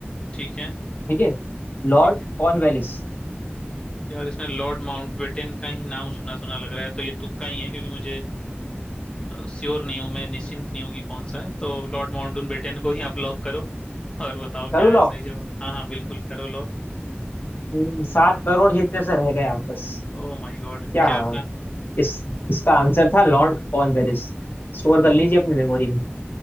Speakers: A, on the left (about 25°); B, on the left (about 60°).
A: ठीक है
B: ठीक है Lord
A: ठीक है
B: Cornwallis
A: यार इसमें लॉर्ड माउंटबेटन का ही नाम सुना सुना लग रहा है तो ये तुक्का ही है क्योंकि मुझे श्योर नहीं हूँ मैं निश्चिंत नहीं हूँ कि कौन सा है तो लॉर्ड माउंटबेटन को ही आप लॉक करो और बताओ
B: करूँ
A: क्या है
B: लॉक
A: सही जवाब हाँ हाँ बिल्कुल करो लॉक
B: हम्म, सात करोड़ जीतने से रह गए आप बस
A: ओह माय गॉड
B: क्या
A: क्या
B: इस इसका आंसर था लॉर्ड कॉर्नवेलिस स्टोर कर
A: था
B: लीजिए अपनी मेमोरी में